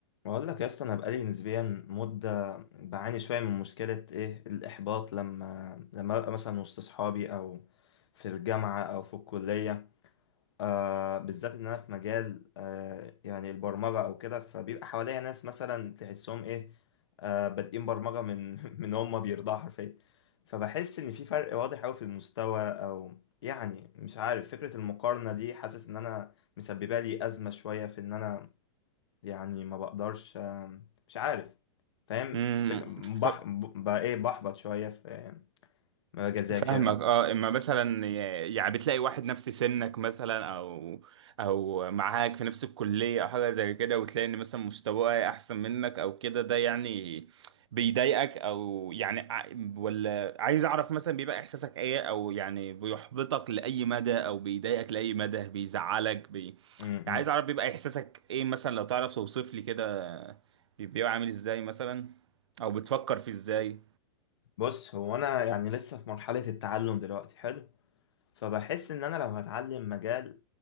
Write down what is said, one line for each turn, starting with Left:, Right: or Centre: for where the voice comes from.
Left: بقول لك يا اسطى انا بقالي نسبيا مده بعاني شويه من مشكله ايه الاحباط لما لما ببقى مثلا وسط صحابي او في الجامعه او في الكليه آه بالذات ان انا في مجال آه يعني البرمجه او كده فبيبقى حواليا ناس مثلا تحسهم ايه آه بادئين برمجه من <laughs> من هم بيرضعوا حرفيا فبحس ان في فرق واضح قوي في المستوى او يعني مش عارف فكره المقارنه دي حاسس ان انا مسببه لي ازمه شويه في ان انا يعني ما بقدرش آم، مش عارف فاهم
Right: امم
Left: في
Right: ف...
Left: بح... ب- بقى ايه بحبط شوية في ما باجي اذاكر
Right: فاهمك
Left: او
Right: اه اما مثلا ي- يعني بتلاقي واحد نفس سنك مثلا او او معاك في نفس الكلية او حاجة زي كده وتلاقي ان مثلا مستواه احسن منك او كده ده يعني بيضايقك او يعني ع- ولا عايز اعرف مثلا بيبقى احساسك ايه او يعني بيحبطك لاي مدى او بيضايقك لاي مدى بيزعلك بي...
Left: م-
Right: يعني عايز
Left: م.
Right: اعرف بيبقى احساسك ايه مثلا لو تعرف توصف لي كده بيبقى عامل ازاي مثلا او بتفكر في ازاي
Left: بص هو انا يعني لسه في مرحلة التعلم دلوقتي حلو فبحس ان انا لو هتعلم مجال